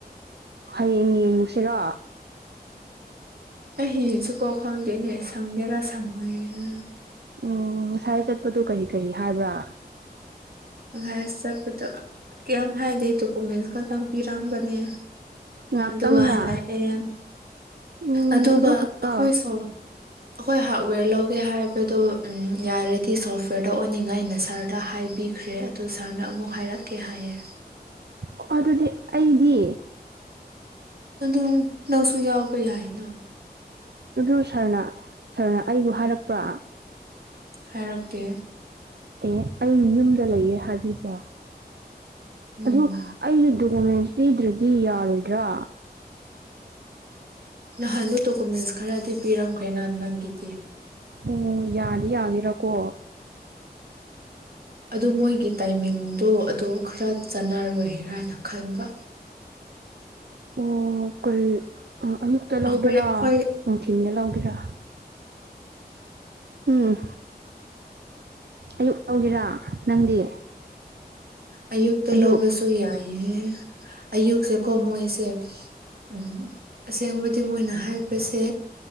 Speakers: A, on the right; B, on the right.
A: ꯍꯌꯦꯡ ꯌꯦꯡꯉꯨꯁꯤꯔꯣ
B: ꯑꯩ ꯍꯌꯦꯡꯁꯤꯀꯣ ꯈꯪꯗꯅꯦ ꯁꯪꯒꯦꯔ ꯁꯪꯉꯣꯏꯔ
A: ꯎꯝ ꯉꯁꯥꯏ ꯆꯠꯄꯗꯨ ꯀꯔꯤ ꯀꯔꯤ ꯍꯥꯏꯕ꯭ꯔꯥ
B: ꯉꯁꯥꯏ ꯆꯠꯄꯗꯨ ꯀꯌꯥꯝ ꯍꯥꯏꯗꯦ ꯗꯣꯀꯨꯃꯦꯟꯁ ꯈꯛꯇꯪ ꯄꯤꯔꯝꯕꯅꯦ
A: ꯉꯥꯛꯇꯪꯔꯥ
B: ꯑꯗꯨꯒ ꯍꯜꯂꯛꯑꯦ
A: ꯎꯝ
B: ꯑꯗꯨꯒ
A: ꯑꯗꯨ ꯈꯛꯇ
B: ꯑꯩꯈꯣꯏ ꯁꯣꯝ ꯑꯩꯈꯣꯏ ꯍꯥꯔꯗꯋꯦꯔ ꯂꯧꯒꯦ ꯍꯥꯏꯕꯗꯣ ꯎꯝ ꯌꯥꯔꯗꯤ ꯁꯣꯐꯋꯦꯔꯗ ꯑꯣꯅꯤꯡꯉꯥꯏꯅ ꯁꯥꯔꯗ ꯍꯥꯏꯕꯤ ꯈ꯭ꯔꯦ ꯑꯗꯨ ꯁꯥꯔꯅ ꯑꯃꯨꯛ ꯍꯥꯏꯔꯛꯀꯦ ꯍꯥꯏꯌꯦ
A: ꯑꯣ ꯑꯗꯨꯗꯤ ꯑꯩꯗꯤ
B: ꯑꯗꯨ ꯅꯪꯁꯨ ꯌꯥꯎꯕ ꯌꯥꯏꯅ
A: ꯑꯗꯨ ꯁꯥꯔꯅ ꯁꯥꯔꯅ ꯑꯩꯕꯨ ꯍꯥꯏꯔꯛꯄ
B: ꯍꯥꯏꯔꯛꯇꯦ
A: ꯑꯦ ꯑꯩ ꯌꯨꯝꯗ ꯂꯩꯌꯦ ꯍꯥꯏꯕꯤꯕ꯭ꯔꯣ
B: ꯎꯝ
A: ꯑꯗꯨ ꯑꯩꯒꯤ ꯗꯣꯀꯨꯃꯦꯟꯁ ꯄꯤꯗ꯭ꯔꯗꯤ ꯌꯥꯔꯣꯏꯗ꯭ꯔꯥ
B: ꯅꯍꯥꯟꯗꯨ ꯗꯣꯀꯨꯃꯦꯟꯁ ꯈꯔꯗꯤ ꯄꯤꯔꯝꯈ꯭ꯔꯦꯅ ꯅꯪꯒꯤꯗꯤ
A: ꯎꯝ ꯌꯥꯗꯤ ꯌꯥꯒꯦꯔꯀꯣ
B: ꯑꯗꯨ ꯃꯣꯏꯒꯤ ꯇꯥꯏꯃꯤꯡꯗꯣ ꯑꯗꯨ ꯈꯔ ꯆꯥꯟꯅꯔꯣꯏꯔꯅ ꯈꯟꯕ
A: ꯑꯣ ꯀꯔꯤ ꯑ ꯑꯌꯨꯛꯇ ꯂꯧꯒꯦꯔꯥ
B: ꯑꯩꯈꯣꯏ ꯑꯩꯈꯣꯏ
A: ꯅꯨꯡꯊꯤꯟꯗ ꯂꯧꯒꯦꯔꯥ ꯎꯝ ꯑꯌꯨꯛ ꯂꯧꯒꯦꯔꯥ ꯅꯪꯗꯤ
B: ꯑꯌꯨꯛꯇ
A: ꯑꯌꯨꯛ
B: ꯂꯧꯔꯁꯨ ꯁꯨ ꯌꯥꯏꯌꯦ ꯑꯌꯨꯛꯁꯦ ꯀꯣ ꯃꯣꯏꯁꯦ ꯎꯝ ꯑꯁꯦꯡꯕꯗꯤ ꯃꯣꯏꯅ ꯍꯥꯏꯕꯁꯦ